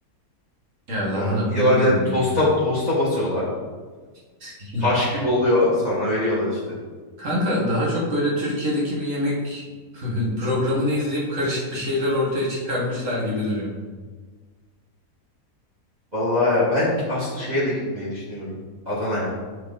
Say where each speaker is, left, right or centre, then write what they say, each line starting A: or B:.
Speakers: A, on the right; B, on the right.
A: Ya lahana
B: Sonra gidiyorlar
A: koyulur
B: bir de
A: mu?
B: tosta, tosta basıyorlar.
A: <laughs>
B: Taş gibi oluyor. Sonra veriyorlar işte.
A: Kanka daha çok böyle Türkiye'deki bir yemek <laughs> programını izleyip karışık bir şeyler ortaya çıkarmışlar gibi duruyor.
B: Vallahi ya ben aslında şeye de gitmeyi düşünüyorum. Adana'ya.